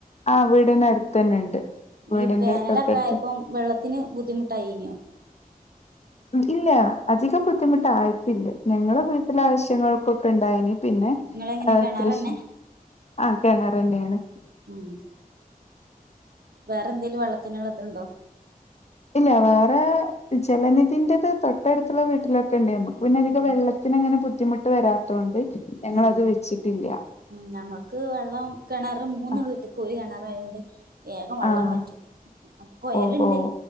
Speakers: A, on the left (about 45°); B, on the right (about 85°).
A: ആഹ് വീടിന് അടുത്ത് തന്നെ ഉണ്ട് വീടിന്റെ
B: ഈ വേനലൊക്കായപ്പം
A: തൊട്ടടുത്ത്
B: വെള്ളത്തിന് ബുദ്ധിമുട്ടായീനിയോ?
A: ഉം ഇല്ലാ അധികം ബുദ്ധിമുട്ടായിട്ടില്ല ഞങ്ങള വീട്ടിലാവശ്യങ്ങൾക്കൊക്കെ ഇണ്ടായിനി പിന്നെ
B: നിങ്ങളെങ്ങനെ
A: ആഹ്
B: കിണറന്നെ
A: കൃഷ് ആ കെണറന്നേണ്
B: ഉം വേറെന്തേലും വെള്ളത്തിന്ള്ള ഇത്ണ്ടോ?
A: ഇല്ല്യാ വേറേ ജലനിധിൻ്റത് തൊട്ടടുത്ത്ള്ള വീട്ടിലൊക്കെണ്ട് നമുക്ക് പിന്നെ അധികം
B: ഉം
A: വെള്ളത്ത് ത്തിനങ്ങനെ ബുദ്ധിമുട്ട് വരാത്ത കൊണ്ട് ഞങ്ങളത്
B: ഉം
A: വെച്ചിട്ടിൽ
B: ഉം ഞങ്ങക്ക് വെള്ളം കെണറ് മൂന്ന്
A: ആഹ്
B: വീട്ട്ക്കൊരു കെണറായോണ്ട് വേഗം വള്ളം
A: ആഹ്
B: വറ്റും അപ്പൊ കൊയല്ണ്ട്
A: ഓ ഓ